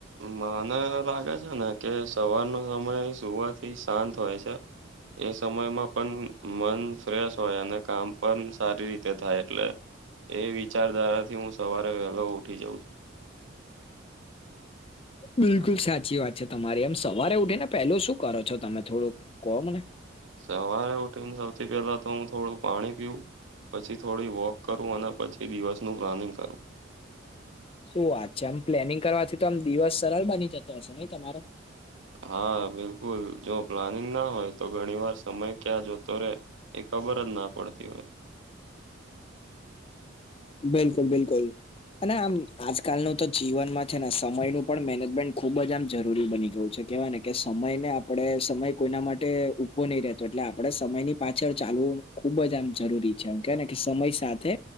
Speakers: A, on the right (about 75°); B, on the left (about 30°).
A: મને લાગે છે ને કે સવારનો સમય સુવાર થી શાંત હોય છે. એ સમયમાં પણ મન ફ્રેશ હોય અને કામ પણ સારી રીતે થાય એટલે એ વિચારધારા થી હું સવારે વહેલો ઉઠી જાઉ છું.
B: બિલકુલ સાચી વાત છે તમારી એમ સવારે ઉઠી ને પેલો શું કરો છો તમે થોડુંક કહોને?
A: સવારે ઉઠીને સૌથી પેલા તો હું થોડું પાણી પીવું પછી થોડી વોક કરું અને પછી દિવસનું પ્લાનિંગ કરું.
B: શું વાત છે આમ પ્લેનિંગ કરવાથી તો આમ દિવસ સરળ બની જતો હશે નહી તમારો
A: હા બિલકુલ જો પ્લાનિંગ ના હોય તો ઘણી વાર સમય ક્યાં જોતો રે એ ખબર જ ના પડતી હોય.
B: બિલકુલ બિલકુલ અને આમ આજકાલનું તો જીવનમાં છે ને સમયનું પણ મેનેજમેન્ટ ખુબ જ આમ જરૂરી બની ગયું છે. કેવાય ને કે સમયને આપણે સમય કોઈના માટે ઉભો નહી રહેતો એટલે આપણેે સમયની પાછળ ચાલવું ખુબ જ આમ જરૂરી છે, એમ કે ને કે સમય સાથે